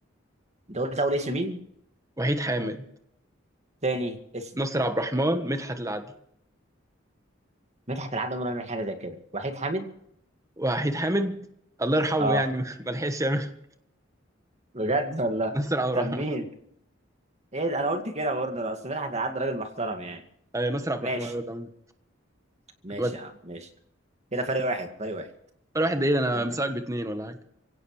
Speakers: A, on the right; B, on the right.
A: انت قلت اول اسم مين
B: وحيد حامد
A: تاني اسم
B: ناصر عبد الرحمن مدحت العدل
A: مدحت العدل ولا من حاجه زي كده وحيد حامد
B: وحيد حامد الله يرحمه
A: اه
B: يعني <laughs> ما لحقش يعمل
A: بجد والله
B: نصر عبد الرحمن
A: طب مين ايه ده انا قلت كده برضه انا اصل مدحت العدل راجل محترم يعني
B: ايوه نصر عبد
A: ماشي
B: الرحمن هو اللي عمل.
A: ماشي
B: ودي
A: يا عم ماشي كده فرق واحد فرق واحد
B: ولا واحد دقيقة انا
A: تمام
B: مساك باتنين ولا حاجة